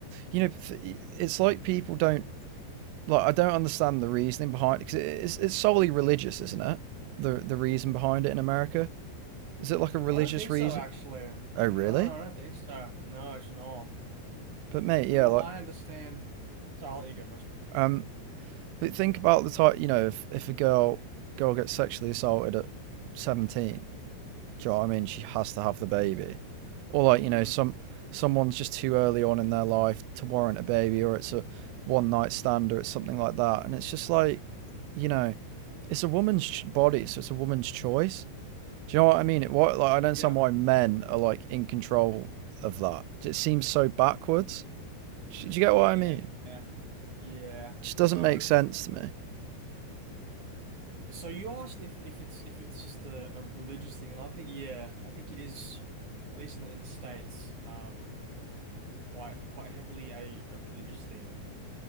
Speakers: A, on the right; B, on the right.
A: you know, it's like people don't like. I don't understand the reasoning behind it, because it's it's solely religious, isn't it? The the reason behind it in America is it like a religious
B: I don't think
A: reason?
B: so, actually.
A: Oh,
B: No,
A: really?
B: I don't think so. No, it's not.
A: But mate,
B: From
A: yeah,
B: what
A: like
B: I understand, so I'll let you go first.
A: um But think about the type, you know, if, if a girl girl gets sexually assaulted at 17, do you know what I mean? She has to have the baby. Or like,
B: Mm,
A: you know, some someone's just too early on in their life to warrant a baby or it's a one night stand or it's something like that. And it's just like, you know, it's a woman's body, so it's a woman's choice. Do you know what I mean? It what like I don't
B: yep.
A: understand why men are like in control of that. It seems so backwards. Do you do
B: Yeah.
A: you get what I mean?
B: Yeah.
A: It just
B: So.
A: doesn't make sense to me.
B: So you asked if, if it's if it's just a, a religious thing, and I think yeah, I think it is at least in the, in the States, um, quite quite heavily a, a religious thing.